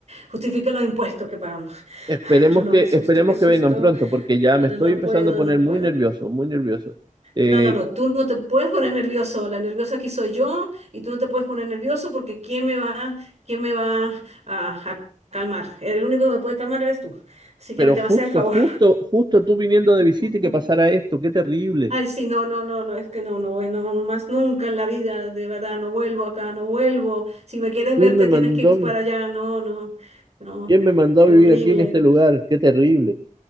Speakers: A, on the right (about 55°); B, on the right (about 35°).
A: justifica los impuestos que pagamos.
B: Esperemos
A: Ay, pero no,
B: que,
A: qué susto,
B: esperemos
A: qué susto.
B: que vengan pronto, porque ya
A: Eh,
B: me estoy
A: No
B: empezando
A: puedo,
B: a poner
A: no puedo.
B: muy nervioso, muy nervioso. Eh,
A: No, no, no, tú no te puedes poner nervioso. La nerviosa aquí soy yo y tú no te puedes poner nervioso porque ¿quién me va, quién me va a, a calmar? El único que me puede calmar eres tú. Así que
B: Pero
A: me te
B: justo,
A: vas a hacer el favor.
B: justo, justo tú viniendo de
A: <laughs>
B: visita y que pasara esto, qué terrible.
A: Ay, sí, no, no, no, no, es que no, no, bueno, más nunca en la vida, de verdad, no vuelvo acá, no vuelvo. Si me quieres
B: ¿Quién
A: ver, te
B: me mandó,
A: tienes que ir tú
B: vi-
A: para allá, no, no, no,
B: quién me mandó
A: qué
B: a vivir
A: horrible.
B: aquí en este lugar? Qué terrible.